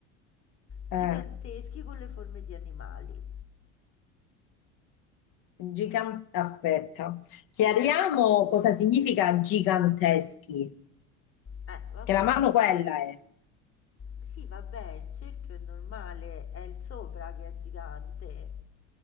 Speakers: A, on the left (about 40°); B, on the left (about 65°).
A: giganteschi
B: Eh,
A: con le forme di animali.
B: gigan- Aspetta. Chiariamo cosa significa giganteschi.
A: Eh, vabbè.
B: Che la mano quella è.
A: Sì, vabbè, il cerchio è normale, è il sopra che è gigante.